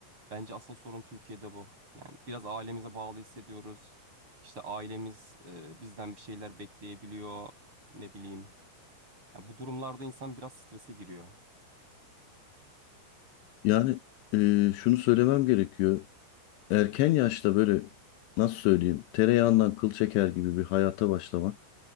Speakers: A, on the right; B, on the left.
A: bence asıl sorun Türkiye'de bu. Yani biraz ailemize bağlı hissediyoruz. İşte ailemiz e, bizden bir şeyler bekleyebiliyor ne bileyim ya bu durumlarda insan biraz strese giriyor.
B: Yani e, şunu söylemem gerekiyor. Erken yaşta böyle nasıl söyleyeyim tereyağından kıl çeker gibi bir hayata başlamak